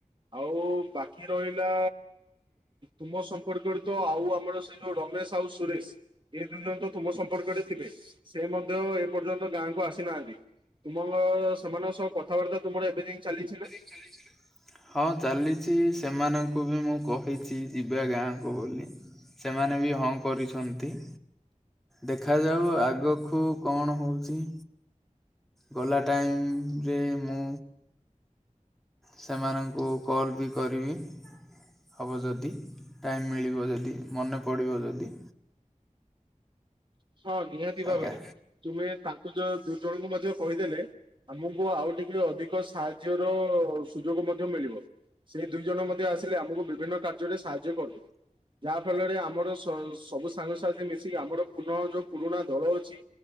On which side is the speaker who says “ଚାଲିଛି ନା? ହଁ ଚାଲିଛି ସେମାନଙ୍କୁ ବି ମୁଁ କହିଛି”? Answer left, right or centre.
Centre